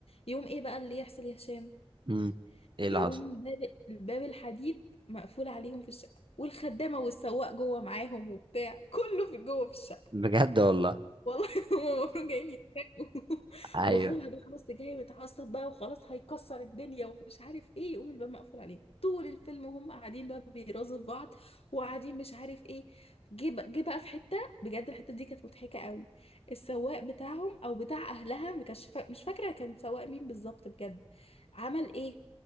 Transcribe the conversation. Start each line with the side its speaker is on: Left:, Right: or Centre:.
Left: يقوم ايه بقى اللي يحصل يا هشام
Right: مم. ايه اللي
Left: يقوم
Right: حصل
Left: باب الباب الحديد مقفول عليهم في الشقه والخدامه والسواق جوه معاهم وبتاع كله في جوه في الشقه
Right: بجد والله
Left: والله <laughs> هما المفروض جايين يتخانقوا <laughs>
Right: ايوه
Left: واخوها بقى بص جاي متعصب بقى وخلاص هيكسر الدنيا ومش عارف ايه يقوم الباب مقفول عليه طول الفيلم وهم قاعدين بقى بيرازوا في بعض وقاعدين مش عارف ايه جه بقى جه بقى في حته بجد الحته دي كانت مضحكه قوي السواق بتاعهم او بتاع اهلها ما كانش فا... مش فاكره كان سواق مين بالظبط بجد عمل ايه